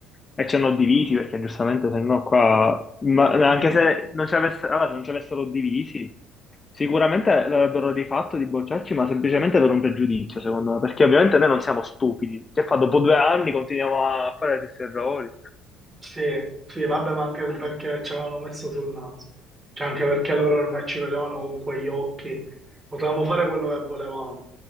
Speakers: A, on the left (about 25°); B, on the right (about 20°).
A: e ci hanno divisi, perché giustamente se no qua, ma-
B: <laughs>
A: anche se non ci avesse- allora, se non ci avessero divisi, sicuramente l'avrebbero rifatto di bocciarci, ma semplicemente per un pregiudizio, secondo me, perché ovviamente noi non siamo stupidi. Che fa, dopo due anni continuiamo a fare gli stessi errori.
B: Sì, sì, vabbè, ma anche perché ci avevano messo sul naso. Cioè, anche perché loro ormai ci vedevano con quegli occhi. Potevamo fare quello che volevamo.